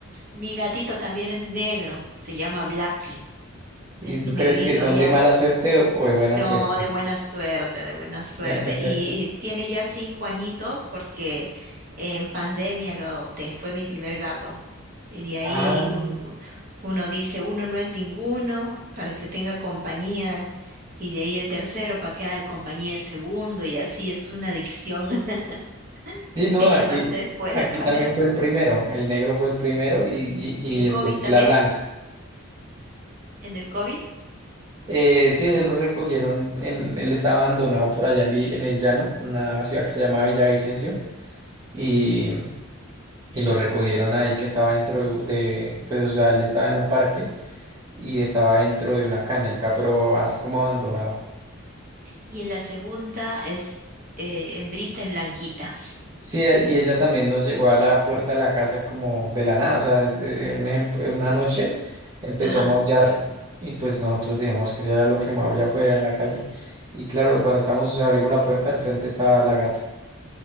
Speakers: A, on the right; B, on the right.
A: mi gatito también es negro. Se llama Blackie.
B: ¿Y
A: Es mi
B: tú
A: negrito,
B: crees que son
A: ¿ya?
B: de mala suerte o o de buena
A: No,
B: suerte?
A: de buena suerte, de buena suerte.
B: <laughs>
A: Y, y tiene ya cinco añitos porque en pandemia lo adopté. Fue mi primer gato. Y de ahí
B: Ah,
A: un- uno dice, uno no es ninguno para que tenga compañía. Y de ahí el tercero para que haga compañía el segundo. Y así es una adicción <laughs>
B: sí, no,
A: que
B: aquí,
A: ya no se puede
B: aquí
A: parar.
B: también fue el primero, el negro fue el primero y, y, y
A: en COVID
B: después fue
A: también,
B: la blanca.
A: en el COVID.
B: Eh, sí, ese lo recogieron, en, él estaba abandonado por allá en, Vi- en el llano, una ciudad que se llama Villavicencio, y, y lo recogieron ahí que estaba dentro de, de- pues o sea, él estaba en un parque y estaba dentro de una caneca, pero así como abandonado.
A: Y en la segunda es eh, hembrita, es blanquita.
B: Sí, e- y ella también nos llegó a la puerta de la casa como de la nada, o sea, es, eh, un ejemplo, una noche empezó
A: Ajá.
B: a maullar y pues nosotros dijimos que será lo que maulla fuera en la calle. Y claro, cuando estamos, abrimos la puerta, al frente estaba la gata.